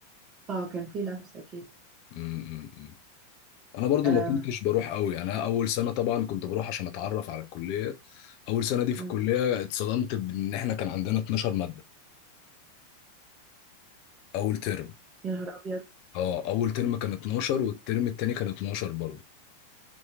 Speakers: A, on the right; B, on the left.
A: اه كان في لبس اكيد
B: امم انا برضو
A: أم،
B: ما كنتش بروح قوي يعني انا اول سنه طبعا كنت بروح عشان اتعرف على الكليه اول سنه دي في
A: مم.
B: الكليه اتصدمت بان احنا كان عندنا 12 ماده اول ترم
A: يا نهار أبيض
B: اه اول ترم كان 12 والترم التاني كان 12 برضو